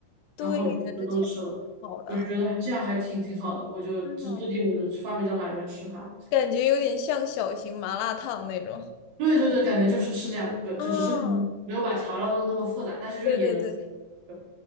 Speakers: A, on the left; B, on the right.
A: 对的，
B: 然后就就都吃了。
A: 这确实挺好的。
B: 我就觉得还这样还挺挺好的，我就制制定我的发明的懒人吃法。
A: 嗯，感觉有点像小型麻辣烫那种。
B: 对对对，感觉就是是这样的，对，就只是可能没有把调料弄得那么复杂，
A: 哦，
B: 但是就也能吃对
A: 对对对，